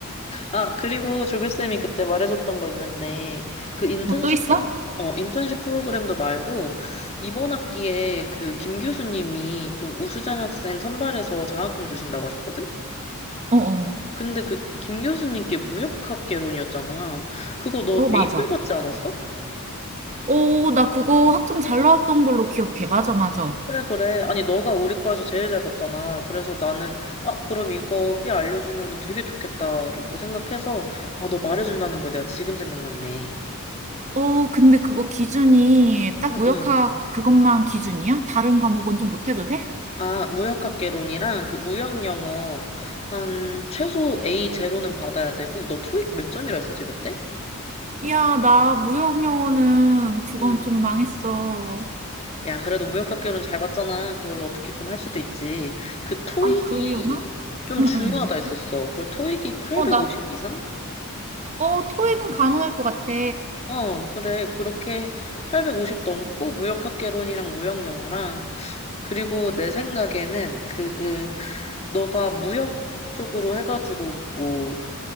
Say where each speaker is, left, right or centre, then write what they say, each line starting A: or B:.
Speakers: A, on the left; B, on the right.
A: 아, 그리고 조교쌤이 그때 말해줬던 거 있는데, 그 인턴십
B: 어, 또 있어?
A: 프로, 어, 인턴십 프로그램도 말고, 이번 학기에 그 김 교수님이 좀 우수장 학생 선발해서 장학금 주신다고 하셨거든?
B: 어, 어.
A: 근데 그 김 교수님께 무역학개론이었잖아. 그거 너
B: 어, 맞아.
A: A4 받지 않았어?
B: 어, 나 그거 학점 잘 나왔던 걸로 기억해. 맞아, 맞아.
A: 그래, 그래. 아니, 너가 우리 과에서 제일 잘 봤잖아. 그래서 나는, 아, 그럼 이거 B 알려주면 되게 좋겠다. 이렇게 생각해서, 아, 너 말해준다는 거 내가 지금 생각났네.
B: 어, 근데 그거 기준이 딱
A: 응응.
B: 무역학 그것만 기준이야? 다른 과목은 좀 못해도 돼?
A: 아, 무역학개론이랑 그 무역영어 한 최소 A0는 받아야 되고 너 토익 몇 점이라 했었지 그때?
B: 야, 나 무역 영어는 그건
A: 응.
B: 좀 망했어.
A: 야, 그래도 무역학개론 잘 봤잖아. 그걸로 어떻게 좀 할 수도 있지. 그 토익이
B: 아, 그러려나?
A: 좀
B: 응,
A: 중요하다
B: 응.
A: 했었어. 그 토익이 850
B: 어, 나,
A: 이상?
B: 어, 토익은
A: 응.
B: 가능할 것 같아.
A: 어, 그래. 그렇게 850 넘고 무역학개론이랑 무역영어랑 그리고 내 생각에는 그, 그 너가 무역 쪽으로 해가지고 뭐